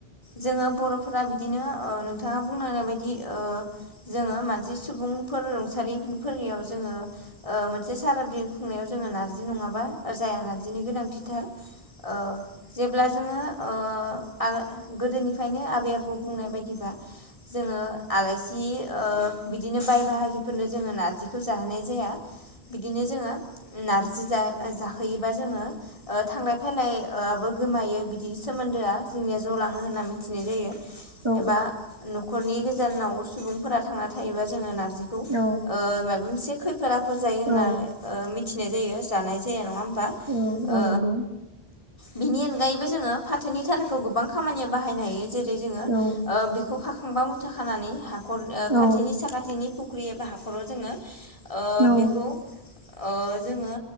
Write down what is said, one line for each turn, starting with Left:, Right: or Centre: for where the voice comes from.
Left: जोङो बर'फोरा बिदिनो ओ नोंथाङा बुंलांनाय बायदि ओ जोङो मानसि सुबुंफोर रुंसारिफोफोरनियाव जोङो ओ मो फोरबादि खुंनायाव जोङो नारजि नङाबा जाया नारजिनि गोनांथिथार। ओ जेब्ला जोङो ओ आ गोदोनिफ्रायनो आबै आबौ बुंनाय बायदि बा जोङो आलाइसि ओ बिदिनो बाय बाहागिफोरनो जोङो नारजिखौ जाहोनाय जाया। बिदिनो जोङो उम नारजि जा ओ जाहोयोबा जोङो ओ थांलाय फायलाय ओ आबो गोमायो बिदि सोमोन्दोआ जोंनिया ज' लाङो होनना मिनथिनाय जायो
Right: औ
Left: एबा न'खरनि गोजानाव सुबुंफोरा थांना थायोबा जोङो नारजिखौ
Right: औ
Left: ओ मायबा मोनसे खै फोद आफोर जायो होनना
Right: औ
Left: ओ मिथिनाय जायो जानाय जाया नङा होमबा ओ
Right: औ औ नंगौ
Left: बिनि अनगायैबो जोङो फाथोनि थाराखौ गोबां खामानियाव बाहायनो हायो। जेर <unintelligible> जोङो ओ
Right: औ
Left: बिखौ खाखांबा मुथा खानानै हाखर ओ
Right: औ
Left: खाथिनि साखाथिनि फु फुख्रि एबा हाखराव जोङो ओ
Right: औ
Left: बे खौ ओ जोङो